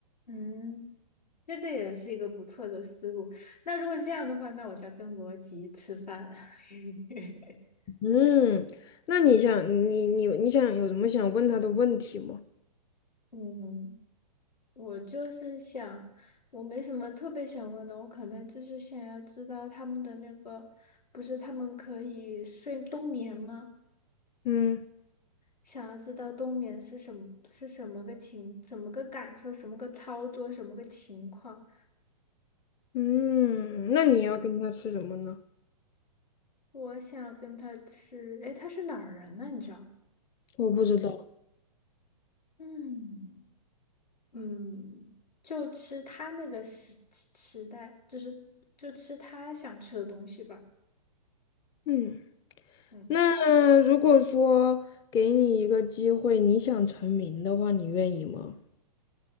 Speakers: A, on the left (about 85°); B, on the left (about 20°).
A: 嗯，这个也是一个不错的思路。那如果这样的话，那我就要跟罗辑吃饭。<laughs>
B: 嗯，那你想你你你想有什么想问他的问题吗？
A: 嗯，我就是想，我没什么特别想问的，我可能就是想要知道他们的那个，不是他们可以睡冬眠吗？
B: 嗯
A: 想要知道冬眠是什么，是什么个情，怎么个感受，什么个操作，什么个情况。
B: 嗯，那你要跟他吃什么呢？
A: 我想要跟他吃，诶，他是哪儿人呢？你知道
B: 我不知道。
A: 吗？嗯嗯，就吃他那个时时时代，就是就吃他想吃的东西吧。
B: 嗯。
A: 嗯，
B: 那如果说给你一个机会，你想成名的话，你愿意吗？